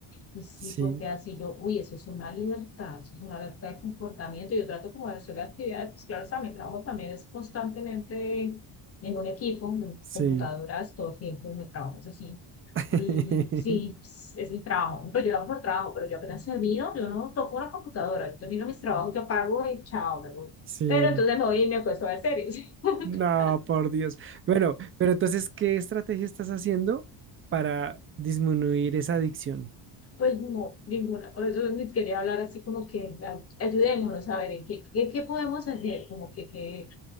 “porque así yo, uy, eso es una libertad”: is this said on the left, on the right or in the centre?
Left